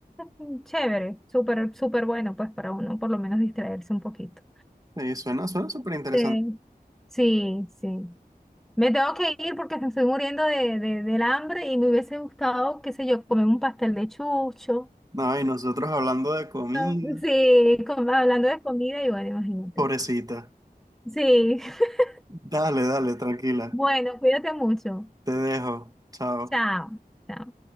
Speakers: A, in the centre; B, on the right.
A: Mm, Chévere, súper, súper bueno, pues para uno por lo menos distraerse un poquito.
B: Sí, suena, suena súper interesante.
A: Este, sí, sí. Me tengo que ir porque me estoy muriendo de, de- del hambre y me hubiese gustado, qué sé yo, comer un pastel de chucho
B: No, y nosotros hablando de comida,
A: <laughs> Sí, com- hablando de comida y bueno, imagínate.
B: pobrecita.
A: Sí, <laughs>
B: Dale, dale, tranquila.
A: bueno, cuídate mucho.
B: Te dejo. Chao.
A: Chao. Chao.